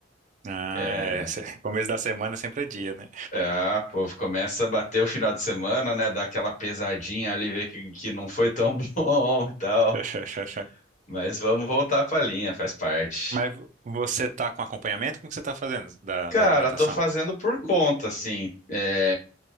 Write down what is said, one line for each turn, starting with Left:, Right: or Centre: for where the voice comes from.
Right: Ah,
Left: É,
Right: é, se- <laughs> começo da semana sempre é dia, né?
Left: é, ah, pô, começa a bater o final de semana, né? Dar aquela pesadinha ali, ver que, que não foi tão <laughs> bom e tal.
Right: <laughs>
Left: Mas vamos voltar pra linha, faz parte.
Right: Mas vo- você tá com acompanhamento? Como que você tá fazendo da,
Left: Cara,
Right: da alimentação?
Left: tô fazendo por conta, assim. É,